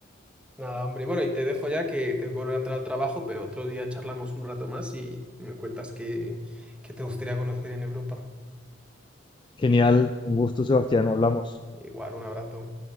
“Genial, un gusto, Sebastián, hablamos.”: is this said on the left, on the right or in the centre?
Left